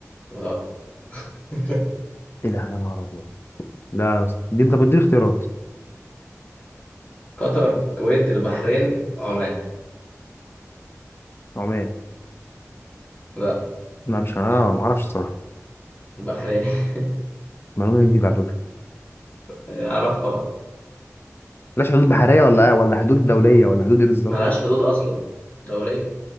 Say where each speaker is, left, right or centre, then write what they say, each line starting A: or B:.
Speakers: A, on the left; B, on the left.
A: أه <laughs>
B: ايه ده يا نهار ابيض لا يا اسطى دي انت بتديني اختيارات
A: قطر الكويت البحرين عمان
B: عمال
A: لا
B: ما مش انا ما اعرفش الصراحه
A: البحرية <laughs>
B: معلومه جديده على فكره
A: أعرفها بقى
B: بلاش حدود بحريه ولا آه ولا حدود دوليه ولا حدود ايه بالظبط
A: ملهاش حدود أصلا دولية